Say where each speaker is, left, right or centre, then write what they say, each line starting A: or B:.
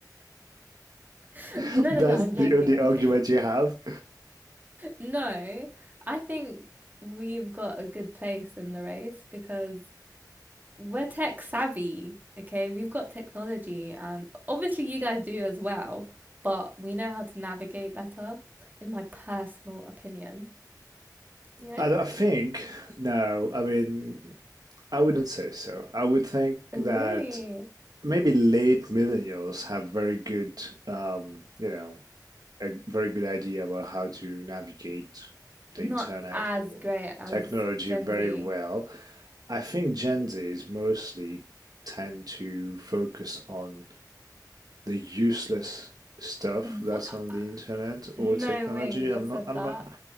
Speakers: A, on the right; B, on the right.
A: <laughs>
B: <laughs>
A: no, no,
B: That's
A: no. I'm
B: the
A: joking.
B: only
A: I'm
B: argument
A: joking.
B: you have.
A: No, I think we've got a good place in the race because we're tech savvy, okay? We've got technology, and obviously, you guys do as well, but we know how to navigate better, in my personal opinion. You know?
B: I, don't- I think no. I mean, I wouldn't say so. I would think
A: Really?
B: that maybe late millennials have very good, um, you know, a very good idea about how to navigate the
A: Not
B: internet
A: as
B: or
A: great as
B: technology
A: Gen
B: very
A: Z.
B: well. I think Gen Zs mostly tend to focus on the useless stuff
A: Wha-
B: that's on the internet
A: No
B: or technology.
A: way you just
B: I'm not,
A: said
B: I'm
A: that.
B: not,